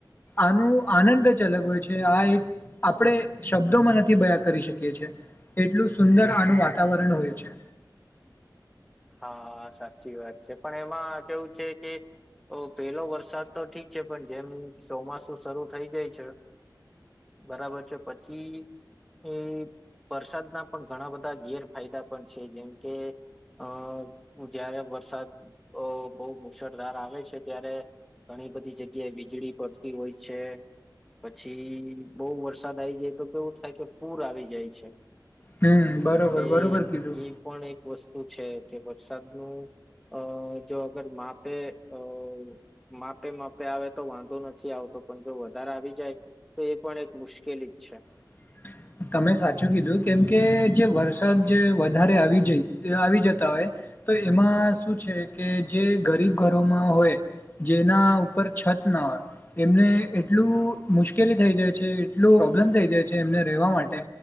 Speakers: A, on the left; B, in the centre.
A: આનું આનંદ જ અલગ હોય છે આ એક આપણે શબ્દોમાં નથી બયા કરી શકીએ છે એટલું સુંદર આનું વાતાવરણ હોય છે.
B: હા સાચી વાત છે પણ એમાં કેવું છે કે પેલો વરસાદ તો ઠીક છે પણ જેમ ચોમાસું શરૂ થઈ જાય છે. બરાબર છે પછી. એ વરસાદના પણ ઘણા બધા ગેરફાયદા પણ છે જેમ કે. અ જ્યારે વરસાદ બહુ મુશળધાર આવે છે ત્યારે ઘણી બધી જગ્યાએ વીજળી પડતી હોય છે. પછી બહુ વરસાદ આવી જાય તો કેવું થાય કે પૂર આવી જાય છે.
A: હમ બરોબર
B: એટલે
A: બરોબર કીધું
B: એ પણ એક વસ્તુ છે કે વરસાદનું. અ જો અગર માપે અ માપે માપે આવે તો વાંધો નથી આવતો પણ જો વધારે આવી જાય તો એ પણ એક મુશ્કેલ કેલી જ છે.
A: <inaudible> તમે સાચું કીધું કેમકે જે વરસાદ જે વધારે આવી જ આવી જતા હોય. તો એમાં શું છે કે જે ગરીબ ઘરોમાં હોય. જેના ઉપર છત ના હોય એમને એટલું મુશ્કેલી થઈ જાય છે એટલું. પ્રોબ્લેમ થઈ જાય છે એ. રેવા માટે